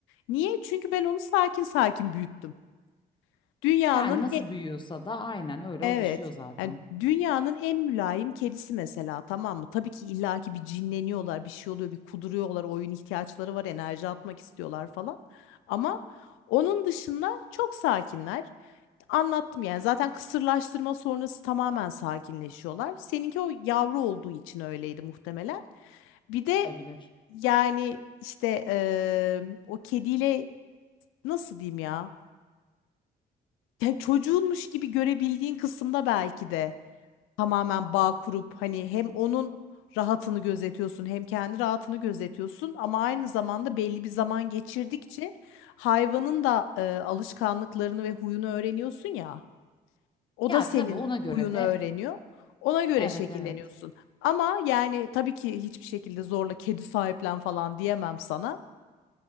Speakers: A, on the left (about 85°); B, on the left (about 25°).
A: Niye? Çünkü ben onu sakin sakin büyüttüm. Dünyanın
B: Yani nasıl büyüyorsa da aynen öyle
A: Evet.
B: alışıyor zaten.
A: Yani dünyanın en mülayim kedisi mesela tamam mı? Tabii ki illaki bir cinleniyorlar, bir şey oluyor, bir kuduruyorlar, oyun ihtiyaçları var, enerji atmak istiyorlar falan. Ama onun dışında çok sakinler. Anlattım yani zaten kısırlaştırma sonrası tamamen sakinleşiyorlar. Seninki o yavru olduğu için öyleydi muhtemelen. Bir de
B: Olabilir.
A: yani işte eee, o kediyle nasıl diyeyim ya? Ya çocuğunmuş gibi görebildiğin kısımda belki de tamamen bağ kurup hani hem onun rahatını gözetiyorsun hem kendi rahatını gözetiyorsun ama aynı zamanda belli bir zaman geçirdikçe hayvanın da e, alışkanlıklarını ve huyunu öğreniyorsun ya. O
B: Ya
A: da senin
B: tabii ona göre
A: huyunu
B: de
A: öğreniyor. Ona göre
B: evet
A: şekilleniyorsun.
B: evet.
A: Ama yani tabii ki hiçbir şekilde zorla kedi sahiplen falan diyemem sana.